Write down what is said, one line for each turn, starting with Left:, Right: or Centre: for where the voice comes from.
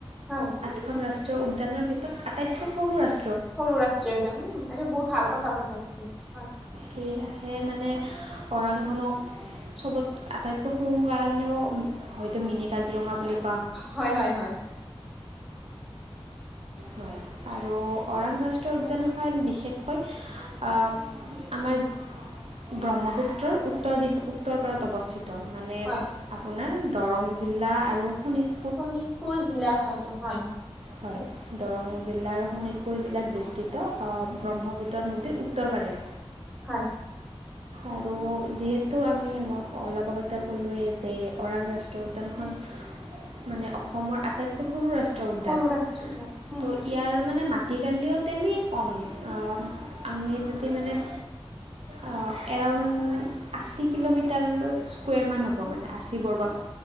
Centre: হয়।
Right: খন ৰাষ্ট্ৰীয় উদ্যানৰ ভিতৰত আটাইতকৈ সৰু ৰাষ
Centre: সৰু ৰাষ্ট্ৰীয় উদ্যান উম এইটো বহুত ভাল কথা কৈছা তুমি হয়।
Right: সেয়হে মানে ওৰাংখনক চবত আটাইতকৈ সৰু কাৰণেও হয়তো মিনি কাজিৰঙা বুলি ক
Centre: হয় হয় হয়।
Right: হয় আৰু ওৰাং ৰাষ্ট্ৰীয় উদ্যানখনত বিশেষকৈ অ আমাৰ ব্ৰহ্মপুত্ৰৰ উত্তৰ দিশ উত্তৰ পাৰত অৱস্থিত। মানে
Centre: হয়
Right: আপোনাৰ দৰং জিলা আৰু শোণিত
Centre: শোণিতপুৰ জিলাত হয়তো হয় হয়।
Right: হয়। দৰং জিলা আৰু শোণিতপুৰ জিলাত বিস্তৃত অ ব্ৰহ্মপুত্ৰ নদীৰ উত্তৰ পাৰে।
Centre: হয়।
Right: আৰু যিহেতু আমি ম অলপ আগতে কলোৱেই যে ওৰাং ৰাষ্ট্ৰীয় উদ্যানখন মানে অসমৰ আটাইতকৈ সৰু ৰাষ্ট্ৰীয় উদ্যান
Centre: সৰু ৰাষ্ট্ৰীয় উদ্যান উম
Right: ত' ইয়াৰ মানে মাটিকালিও তেনে কম, অ আমি যদি মানে অ এৰাউণ্ড আশী কিলোমিটাৰ স্কুৱেৰ মান হ'ব। হ'ব মানে আশী বৰ্গ